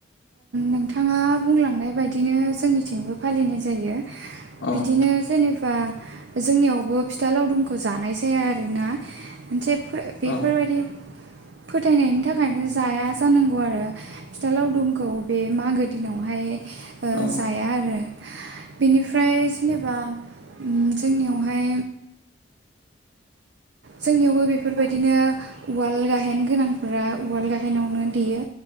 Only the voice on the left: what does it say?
अ
नोंथां
औ
औ